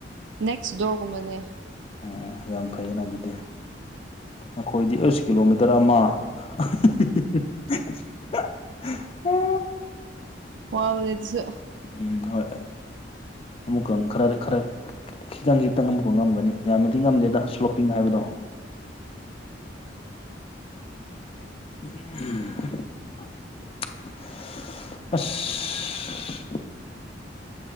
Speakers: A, on the right; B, on the left.
A: ꯅꯦꯛꯁ ꯗꯣꯔꯒꯨꯝꯕꯅꯦ꯫
B: ꯎꯝ ꯎ ꯌꯥꯝ ꯐꯩꯌꯦꯅ ꯑꯗꯨꯗꯤ ꯅꯈꯣꯏꯗꯤ ꯑꯩꯁ ꯀꯤꯂꯣꯃꯤꯇꯔ ꯑꯃ꯫ <unintelligible>
A: ꯋꯥꯕꯅꯦ ꯑꯗꯨꯁꯨ꯫
B: ꯎꯝ ꯍꯣꯏ ꯑꯃꯨꯛꯀ ꯈꯔꯗꯤ ꯈꯔ ꯈꯤꯇꯪ ꯈꯤꯇꯪ ꯑꯃꯨꯛꯀ ꯉꯝꯒꯅꯤ꯫ ꯌꯥꯝꯅꯗꯤ ꯉꯝꯗꯦꯗ ꯁ꯭ꯂꯣꯞꯄꯤꯡ ꯍꯥꯏꯕꯗꯣ꯫ <unintelligible> ꯑꯁ